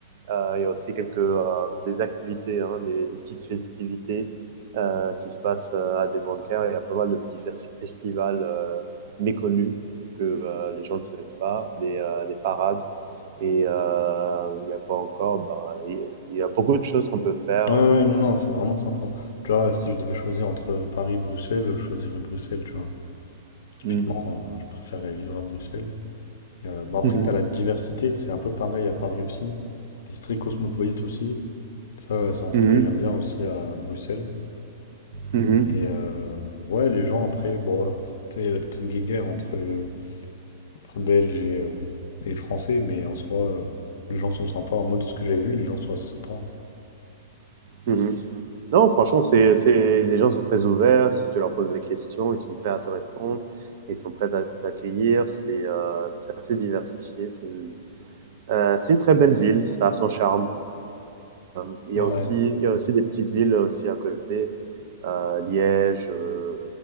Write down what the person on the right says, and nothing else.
Euh, Il y a aussi quelques euh, des activités, hein, des, des, petites festivités euh, qui se passent euh, à des bancaires. Il y a pas mal de petits fes- festivals euh, méconnus que euh, les gens ne connaissent pas, des, euh, des parades et euh, il y a quoi encore bah, Il y a beaucoup de choses qu'on peut faire.
euh,
voilà.
Mhm,
mhm,
mhm,
mhm,
mhm. Non, franchement, c'est, c'est, les gens sont très ouverts. Si tu leur poses des questions, ils sont prêts à te répondre. Ils sont prêts à t'accueillir. C'est, euh, c'est assez diversifié. C'est une, euh, c'est une très belle ville. Ça a son charme. Euh, Il y
a aussi,
il y a aussi des petites villes aussi à côté euh, Liège, euh,